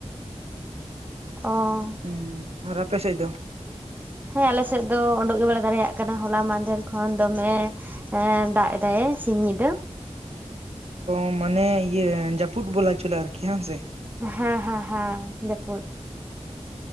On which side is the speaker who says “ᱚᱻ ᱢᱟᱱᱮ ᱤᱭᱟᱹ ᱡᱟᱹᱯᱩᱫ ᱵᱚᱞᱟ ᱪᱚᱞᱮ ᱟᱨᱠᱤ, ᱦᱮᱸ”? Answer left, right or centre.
Right